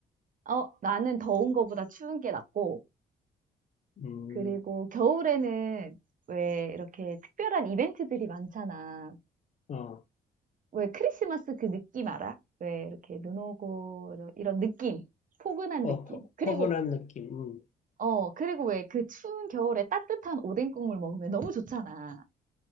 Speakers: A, on the right; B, on the left.
A: 어, 나는 더운 거보다 추운 게 낫고,
B: 음,
A: 그리고 겨울에는 왜 이렇게 특별한 이벤트들이 많잖아.
B: 어,
A: 왜 크리스마스 그 느낌 알아? 왜 이렇게 눈 오고 이런 느낌, 포근한
B: 어,
A: 느낌.
B: 포,
A: 그리고
B: 포근한 느낌. 음.
A: 어 그리고 왜 그 추운 겨울에 따뜻한 오뎅 국물 먹으면 너무 좋잖아.